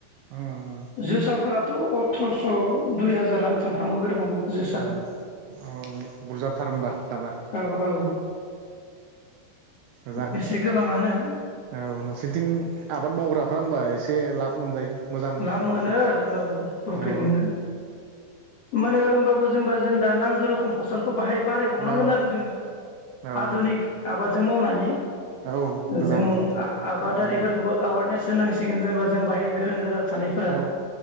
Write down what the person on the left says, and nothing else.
जोसाफोरा त' अथ्र'स' दुइ हाजारानो थांफ्रामो बे रखम जोसा
औ औ
एसे गोबाङानो
लाब
मोनो आरो औ प्रफिट
मोनो माने होमबाबो जेनबा जों नांगो रोखोम फसल बाहाय बारायबावनांगोन
जोङो
आधुनिख आबादजों मावनानै
जों आबादारिफोरखौबो
एवारनेस सोनांसिगोन जेनबा जों बाहाय गोरों गोरा थानायफोरा